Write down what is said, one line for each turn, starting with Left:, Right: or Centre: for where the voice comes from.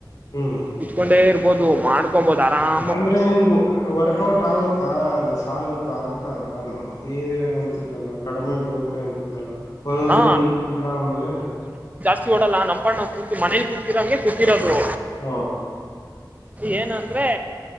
Left: ಹ್ಮ್
Right: ಇತ್ಕೊಂಡೇ ಇರ್ಬೋದು ಮಾಡ ಹಕೊಬೋದ ಅರಾಮ್
Left: ಅಂದ್ರೆ ನಿಮಗ ವರ್ಕೌಟ್ ಆಗುತ್ತಾ ಅದು ಸಾಲುತ್ತಾ ಅಂತದ ನಾನು. ಅಂತಿದ್ದಲ್ಲ ಕಡಿಮೆ ಬರುತ್ತೆ ಅಂತಿದ್ದಲ್ಲ ಒಂದೊಂದ್ಸಲ
Right: ಹ
Left: ಇ ಇಲ್ಲ ಅಂದ್ರೆ
Right: ಕಿ ಡಲ್ಲ ನಪಣ್ಣ್ ಕೂತಿ ಮೇಲಿ ಕೂತಿರವಂಗೆ ಕೂತಿರೋದು.
Left: ಹ.
Right: ಏನ ಅಂದ್ರೆ